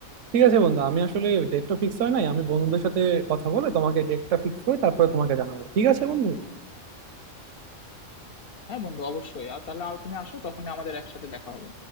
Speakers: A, on the right; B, on the left.
A: ঠিক আছে বন্ধু আমি আসলে ডেট তো ফিক্স হয় নাই আমি বন্ধুদের সাথে কথা বলে তোমাকে ডেটটা ফিক্স করে তারপরে তোমাকে জানাবো ঠিক আছে বন্ধু
B: হ্যাঁ বন্ধু অবশ্যই আর তাহলে আর তুমি আসো তখন আমাদের একসাথে দেখা হবে